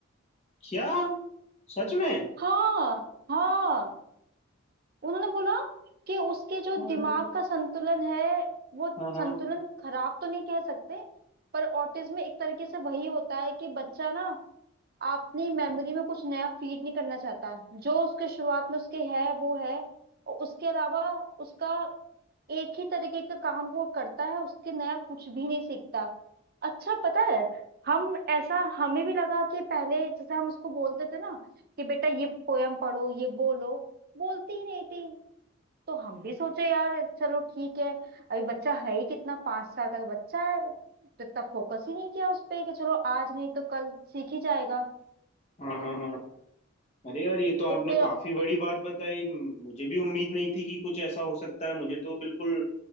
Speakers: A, on the left; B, on the right.
A: क्या सच में
B: हाँ हाँ उन्होंने बोला कि उसके जो
A: अरे
B: दिमाग का संतुलन है वो
A: हाँ हाँ
B: संतुलन खराब तो नहीं कह सकते पर ऑटिज्म में एक तरीके से वही होता है कि बच्चा ना अपनी मेमोरी में कुछ नया फीड नहीं करना चाहता जो उसके शुरुआत में उसके है वो है और उसके अलावा उसका एक ही तरीके का काम वो करता है उसके नया कुछ भी नहीं सीखता अच्छा पता है हम ऐसा हमें भी लगा कि पहले जैसे हम उसको बोलते थे ना कि बेटा ये पोयम पढ़ो ये बोलो बोलती ही नहीं थी तो हम भी सोचे यार चलो ठीक है अभी बच्चा है ही कितना पांच साल का तो बच्चा है तो इतना फोकस ही नहीं किया उस पे कि चलो आज नहीं तो कल सीख ही जाएगा
A: हाँ हाँ हाँ अरे यार ये तो आपने
B: तो फिर
A: काफी बड़ी बात बताई मुझे भी उम्मीद नहीं थी कि कुछ ऐसा हो सकता है मुझे तो बिल्कुल